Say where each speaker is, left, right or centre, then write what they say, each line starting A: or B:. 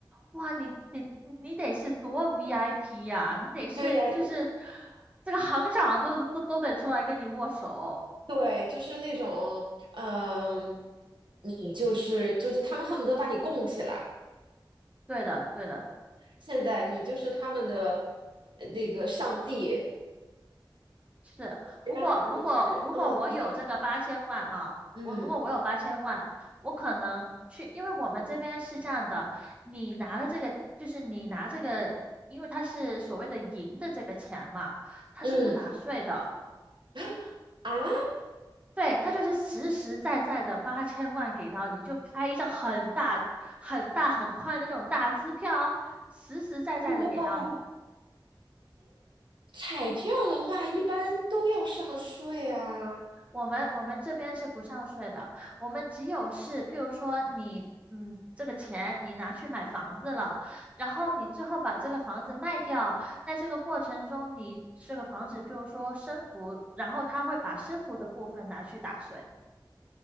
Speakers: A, on the right (about 15°); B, on the right (about 70°).
A: 哇，你得你你得是多 VIP 呀、你得是就是
B: 对呀，
A: 这个行长都都都得出来跟你握手。
B: 对，就是那种，嗯、你就是就是他们恨不得把你供起来，
A: 对的，对的。
B: 现在你就是他们的呃那个上帝，
A: 是，
B: 然后但是，
A: 不过如果如果我有这个八千万啊，
B: 嗯，你说，嗯
A: 我如果我有八千万，我可能去，因为我们这边是这样的，你拿了这个，就是你拿这个，因为它是所谓的赢的这个钱嘛，它是不打税的，
B: 嗯，然后啊，
A: 对，它就是实实在在的八千万给到你，就开一张很大、很大、很宽的那种大支票，实实在在的给到你。
B: 哇，彩票的话一般都要上税啊。
A: 我们我们这边是不上税的，我们只有是，譬如说你，嗯，这个钱你拿去买房子了，然后你之后把这个房子卖掉，在这个过程中，你这个房子譬如说升幅，然后他会把升幅的部分拿去打税，